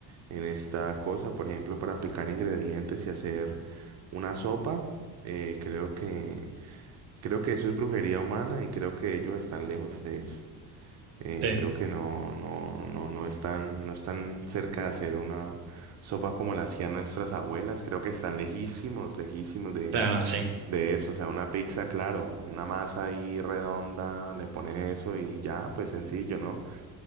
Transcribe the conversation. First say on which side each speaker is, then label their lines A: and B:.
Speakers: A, on the right (about 40°); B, on the right (about 75°).
A: en esta cosa. Por ejemplo, para picar ingredientes y hacer una sopa, eh, creo que, creo que eso es brujería humana y creo que ellos están lejos de eso. Eh,
B: Sí,
A: creo que no, no, no, no están, no están cerca de hacer una sopa como la hacían nuestras abuelas. Creo que están lejísimos, lejísimos de,
B: claro, sí,
A: de eso, o sea, una pizza, claro, una masa ahí redonda, le pones eso y ya, pues sencillo, ¿no?